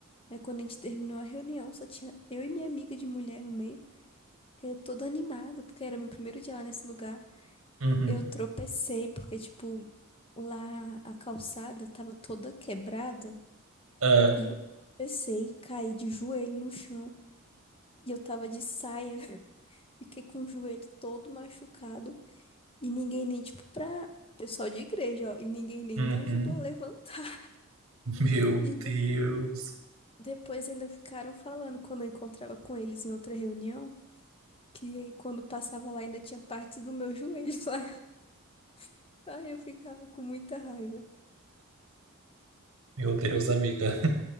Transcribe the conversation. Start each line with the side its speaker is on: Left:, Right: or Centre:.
Left: Aí quando a gente terminou a reunião, só tinha eu e minha amiga de mulher no meio, que eu toda animada, porque era meu primeiro dia lá nesse lugar.
Right: uhum,
Left: Eu tropecei, porque, tipo, lá a calçada tava toda quebrada,
Right: ah,
Left: e eu tropecei, caí de joelho no chão, e eu tava de saia, <laughs> fiquei com o joelho todo machucado. E ninguém nem, tipo, pra pessoal de igreja, ó. E ninguém nem
Right: uhum.
Left: me ajudou a levantar.
Right: <laughs> Meu
Left: E
Right: Deus.
Left: de- depois ainda ficaram falando quando eu encontrava com eles em outra reunião, que quando passava lá ainda tinha partes do meu joelho lá. <laughs> Ai, eu ficava com muita raiva.
Right: Meu Deus,
Left: Ai,
Right: amiga.